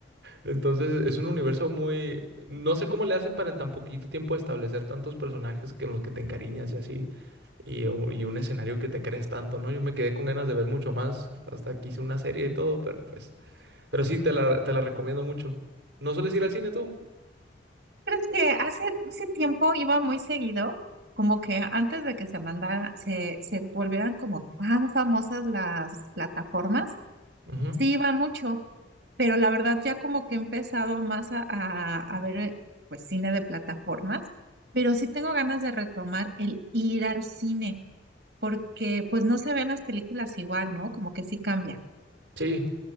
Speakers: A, on the right; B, on the right.
A: Entonces es un universo muy... No sé cómo le hacen para en tan poquito tiempo establecer tantos personajes que en los que te encariñas y así, y, u- y un escenario que te crees tanto, ¿no? Yo me quedé con ganas de ver mucho más, hasta que hice una serie y todo, pero pues... Pero sí, te la, te la recomiendo mucho. ¿No sueles ir al cine tú?
B: Crees que hace, hace tiempo iba muy seguido, como que antes de que se mandara, se, se volvieran como tan famosas las plataformas,
A: Ujú.
B: sí iba mucho, pero la verdad ya como que he empezado más a, a, a ver eh, pues cine de plataformas, pero sí tengo ganas de retomar el ir al cine, porque pues no se ven las películas igual, ¿no? Como que sí cambia.
A: Sí,